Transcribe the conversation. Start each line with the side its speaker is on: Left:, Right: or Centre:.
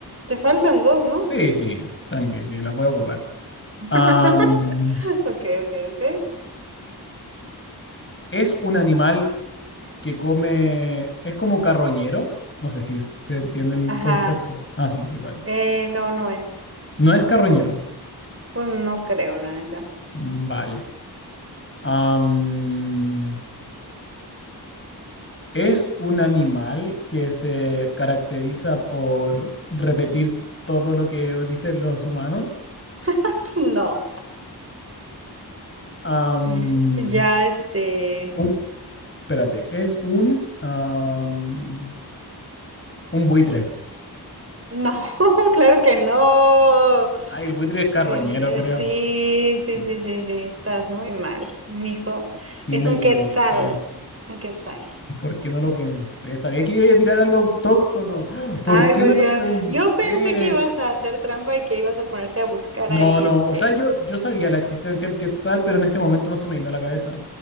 Right: Te faltan dos, ¿no?
Left: sí, sí, tranqui, sí, las voy a ocupar.
Right: <laughs>
Left: Am,
Right: Ok, ok, ok.
Left: ¿es un animal que come, es como carroñero. No sé si se entiende el
Right: Ajá.
Left: concepto. Ah, sí, sí, vale.
Right: Eh, no, no es.
Left: No es carroñero.
Right: Pues no creo, la neta.
Left: Mm, Vale. Am, es un animal que se caracteriza por repetir todo lo que dicen los humanos.
Right: <laughs> No.
Left: Am,
Right: Y- Ya, este.
Left: un, espérate, es un, am, un buitre.
Right: No, <laughs> claro que no.
Left: Ay, el buitre es carroñero,
Right: Sí, eh,
Left: creo.
Right: sí, sí,
Left: Ve,
Right: sí, sí, sí. Estás muy mal, mijo.
Left: Sí
Right: Es
Left: me
Right: un
Left: equivoqué.
Right: quetzal. Un quetzal.
Left: ¿Por qué no lo pensé? Sabía que iba a tirar algo autóctono. ¿Por
Right: Ay,
Left: qué
Right: pues
Left: no lo
Right: ya.
Left: pensé?
Right: Yo pensé que ibas a hacer trampa y que ibas a ponerte a buscar
Left: No,
Right: ahí,
Left: no.
Right: este.
Left: O sea, yo, yo sabía la existencia del Quetzal, pero en este momento no se me vino a la cabeza.